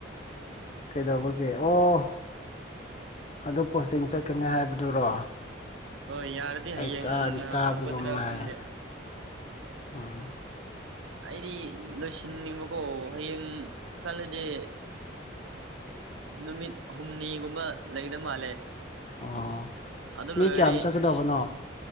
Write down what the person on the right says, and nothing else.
ꯍꯣꯏ ꯌꯥꯔꯗꯤ
ꯍꯌꯦꯡꯅ
ꯍꯧꯒꯗ꯭ꯔꯥ
ꯈꯪꯗꯦ
ꯑꯩꯗꯤ ꯂꯣꯏꯁꯤꯟꯅꯤꯡꯕꯀꯣ ꯍꯌꯦꯡ ꯆꯠꯂꯗꯤ ꯅꯨꯃꯤꯠ ꯍꯨꯝꯅꯤꯒꯨꯝꯕ ꯂꯩꯒꯗꯕ ꯃꯥꯜꯂꯦ
ꯑꯗꯨ
ꯂꯣꯏꯔꯗꯤ